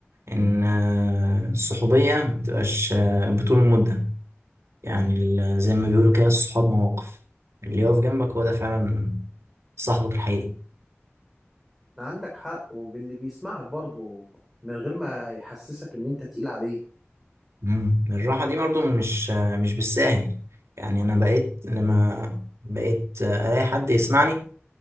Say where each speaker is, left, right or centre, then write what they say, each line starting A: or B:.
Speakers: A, on the right; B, in the centre.
A: ان آه، الصحوبية مبتبقاش آه، بطول المدة يعني ال- زي ما بيقولوا كده الصحاب مواقف اللي يقف جنبك هو ده فعلا صاحبك الحقيقي
B: عندك حق وباللي بيسمعك برضه من غير ما يحسسك إن أنت تقيل عليه
A: مم. الراحة دي برضو مش آه، مش بالساهل يعني انا بقيت لما بقيت آه، الاقي حد يسمعني